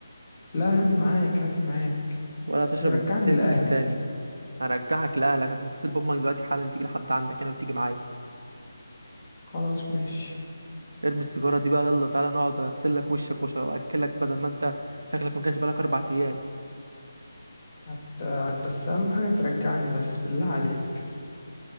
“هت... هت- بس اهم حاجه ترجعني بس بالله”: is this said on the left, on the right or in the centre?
Left